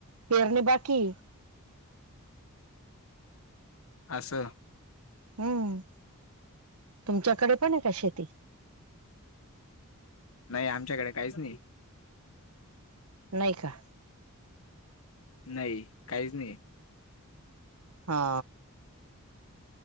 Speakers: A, on the right (about 80°); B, on the left (about 65°).
A: पेरणी बाकी
B: अससं
A: हम्म तुमच्याकडे पण आहे का शेती
B: नाही आमच्याकडे काहीच नाही
A: नाही का
B: नाही काहीच नाही
A: हा